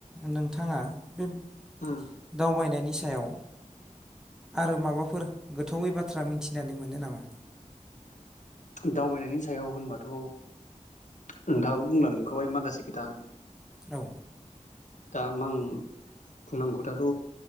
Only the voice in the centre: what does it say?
नोंथाङा बेब
दावबायनायनिस याव आरो माबाफोर गोथ थौै बाथ्रा मिथिनानै मोनो नामा?
औ।